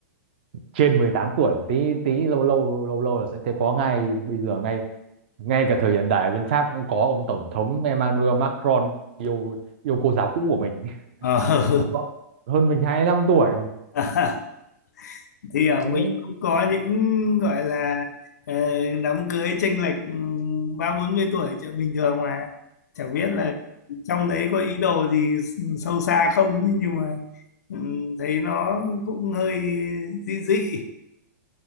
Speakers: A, on the right (about 35°); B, on the left (about 65°).
A: trên 18 tuổi một tí tí lâu lâu lâu lâu là sẽ thấy có ngay bây giờ ngay ngay cả thời hiện đại bên Pháp cũng có ông tổng thống Emmanuel Macron yêu yêu cô giáo cũ của mình <laughs>
B: Ờ.
A: Làm rõ. hơn mình 25 tuổi
B: <laughs> thì ở
A: thế
B: mình cũng có những gọi là ờ, đám cưới chênh lệch ừ, ba bốn mươi tuổi chuyện bình thường mà chẳng biết là trong đấy có ý đồ gì sâu xa không chứ nhưng mà ừ, thấy nó cũng hơi dị dị